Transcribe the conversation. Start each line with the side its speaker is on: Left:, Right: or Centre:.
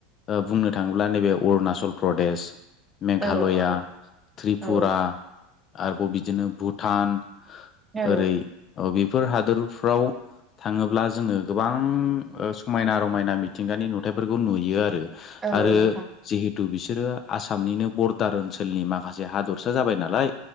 Left: ओ बुंनो थाङोब्ला नैबे अरुणाचल प्रदेश मेघालया
Right: औ औ
Left: त्रिपुरा
Right: औ
Left: आरोबाव बिदिनो भुटान
Right: औ
Left: ओरै बेफोर हादोरफ्राव थाङोब्ला जोङो गोबां समायना रमायना मिथिंगानि नुथायाइफोरखौ नुयो आरो
Right: औ
Left: आरो
Right: नोंथां
Left: जिहेतु बिसोरो आसामनिनो बरदार ओनसोलनि माखासे हादरसा जाबाय नालाय।